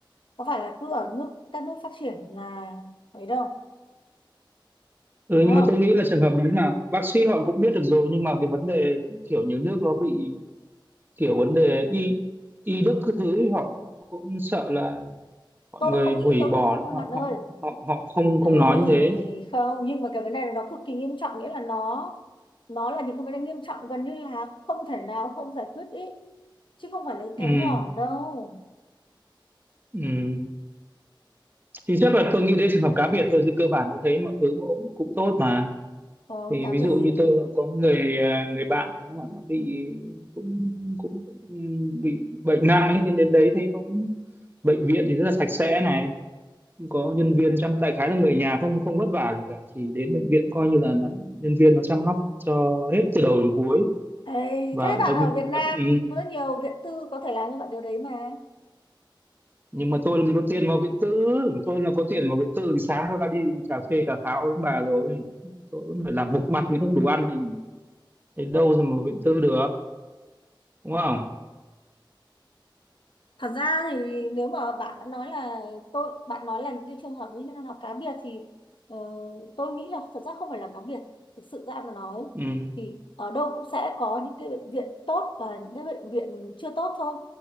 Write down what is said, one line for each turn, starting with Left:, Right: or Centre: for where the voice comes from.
Left: có phải là cứ ở nước các nước phát triển là ấy đâu
Right: Ừ,
Left: đúng
Right: nhưng
Left: không
Right: mà tôi nghĩ là trường hợp đấy là bác sĩ họ cũng biết được rồi nhưng mà cái vấn đề kiểu nhiều nước nó bị kiểu vấn đề y y đức các thứ ấy, họ cũng, cũng sợ là mọi
Left: tôi
Right: người
Left: không nghĩ
Right: hủy
Left: tôi không
Right: bỏ
Left: không không
Right: họ
Left: bạn ơi
Right: họ họ, họ không
Left: ấy
Right: không nói như thế
Left: không nhưng mà cái vấn đề này nó cực kỳ nghiêm trọng nghĩa là nó nó là những cái vấn đề nghiêm trọng gần như là không thể nào không giải quyết ý chứ không phải là những
Right: ừ,
Left: cái nhỏ đâu
Right: ừ. thì chắc là tôi nghĩ đấy trường hợp cá biệt thôi chứ cơ bản tôi thấy mọi thứ cũng, cũng tốt mà
Left: còn
Right: thì
Left: cá
Right: ví
Left: biệt
Right: dụ
Left: gì
Right: như tôi có người à, người bạn ấy, nó bảo nó bị cũng cũng bị bệnh nặng ấy thì đến đấy thấy cũng bệnh viện thì rất là sạch sẽ này không có nhân viên chăm đại khái là người nhà không không vất vả gì cả chỉ đến bệnh viện coi như là, là nhân viên nó chăm sóc cho hết từ đầu đến cuối
Left: Ê,
Right: và
Left: thế bạn
Right: đặc
Left: ở
Right: biệt
Left: Việt Nam
Right: ừ,
Left: cũng rất nhiều viện tư có thể làm cho bạn điều đấy mà.
Right: nhưng mà tôi làm gì có tiền vào Vĩnh Tư tôi là có tiền vào Vĩnh Tư thì sáng tôi đã đi cà phê cà pháo với bà rồi tôi cũng phải làm hộp mặt thì không đủ ăn thì đến đâu rồi mà vào Vĩnh Tư được đúng không
Left: Thật ra thì nếu mà bạn đã nói là tôi bạn nói là những cái trường hợp đấy là cá biệt thì ờ, tôi nghĩ là thật ra không phải là cá biệt. Thực sự ra mà nói
Right: ừ
Left: thì ở đâu cũng sẽ có những cái bệnh viện tốt và những cái bệnh viện chưa tốt thôi.